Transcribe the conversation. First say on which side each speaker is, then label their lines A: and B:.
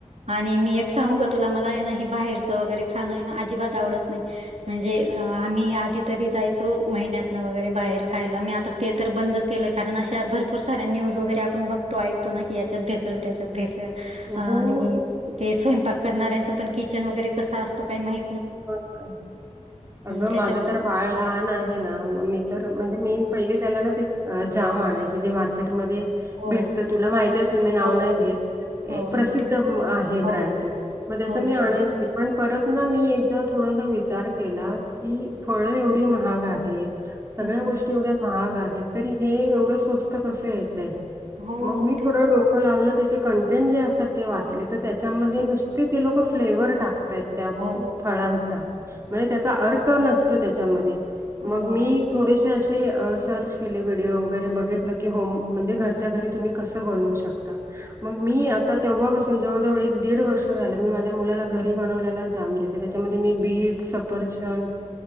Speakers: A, on the right; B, on the right.
A: आणि मी एक सांगू का तुला? मला आहे ना हे बाहेरच वगैरे खाणं आहे ना, अजिबात आवडत नाही. म्हणजे अ आम्ही आधी तरी जायचो महिन्यातन वगैरे बाहेर खायला मी आता ते तर बंदच केलं कारण अशा भरपूर साऱ्या न्यूज वगैरे आपण बघतो ऐकतो ना की याच्यात भेसड त्याच्यात भेस आणी
B: हो.
A: ते स्वयंपाक करणार्यांचं पण किचन वगैरे कसा असतो का माहि
B: मग काय अगं
A: त्याच्यामुळे
B: माझं तर बाळ लहान आहे ना अ म मी तर म्हणजे मी पईले त्याला ना ते जाम आणायचे जे मार्केटमध्ये
A: हो,
B: भेटतं तुला माहिती असेल मी नाव
A: हो,
B: नाय
A: हो,
B: घेत.
A: हो,
B: प्रसिद्ध
A: माहिती.
B: म आहे
A: हो,
B: ब्रँड तू म त्याचं
A: हो,
B: मी
A: समज
B: आणायची पण परत म मी एकदा थोडंसा विचार केला की फळं एवढी महाग आहे सगळ्या
A: हं.
B: गोष्टी एवढ्या महाग आहे, तरी हे एवढं स्वस्तं कसं येतंय.
A: हो,
B: मग मी
A: तेच.
B: थोडं डोकं लावलं त्याचे कंटेंट जे असता ते वाचले त त्याच्यामध्ये नुसते ते लोक फ्लेवर टाकतायत त्या
A: हो,
B: -ळांचा म्हणजे त्याचा अर्क नसतोय त्याच्यामध्ये. मग
A: हो,
B: मी
A: आणि
B: थोडेसे असे अ सर्च केले व्हिडिओ वगैरे बघितलं की हो म्हणजे घरच्या घरी तुम्ही कसं बनवू शकता. मग मी आता तेव्हापासून जवळजवळ एक दीड वर्ष झालं मी माझ्या मुलाला घरी बनवल्याला जाम देत् त त्याच्यामध्ये मी बीट सफरचंद